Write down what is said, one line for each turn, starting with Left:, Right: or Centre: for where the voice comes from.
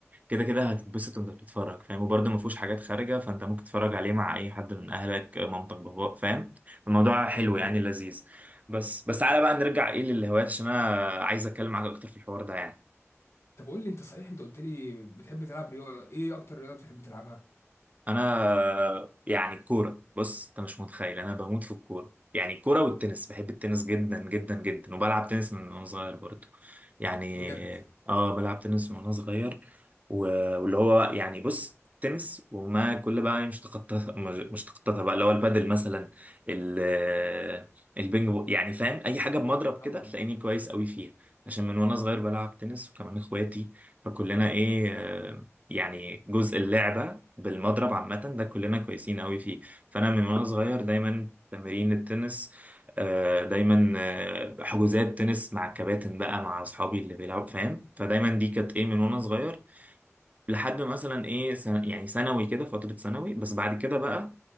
Right: كده كده هتتبسط وانت بتتفرج فاهم وبرده ما فيهوش حاجات خارجه فانت ممكن تتفرج عليه مع اي حد من اهلك مامتك باباك فاهم الموضوع حلو
Left: طب رايق
Right: يعني لذيذ بس بس تعالى بقى نرجع ايه للهوايات عشان انا عايز اتكلم معاك اكتر في الحوار ده يعني
Left: طب قول لي انت صحيح انت قلت لي بتحب تلعب رياضه ايه اكتر رياضه بتحب تلعبها
Right: انا يعني الكوره بص انت مش متخيل انا بموت في الكوره يعني الكوره والتنس بحب التنس جدا جدا جدا وبلعب تنس من وانا صغير برضو يعني
Left: بجد
Right: اه بلعب تنس من وانا صغير و- واللي هو يعني بص تنس وما كل بقى إيه، مش تخطط مش مش تخططها بقى اللي هو البادل مثلا ال- البينج بو- يعني فاهم اي حاجه بمضرب
Left: طبعا
Right: كده تلاقيني كويس قوي فيها عشان من وانا صغير بلعب تنس وكمان اخواتي فكلنا ايه آه، يعني جزء اللعبه بالمضرب عامة ده كلنا كويسين قوي فيه فأنا من وأنا صغير دايما تمارين التنس آه، دايما آه، حجوزات تنس مع الكباتن بقى مع أصحابي اللي بيلعبوا فاهم فدايما دي كانت إيه من وأنا صغير لحد مثلا إيه سن... يعني ثانوي كده فترة ثانوي بس بعد كده بقى